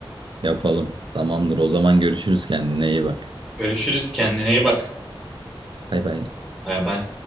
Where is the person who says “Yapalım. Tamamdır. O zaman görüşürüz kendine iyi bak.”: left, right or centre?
Right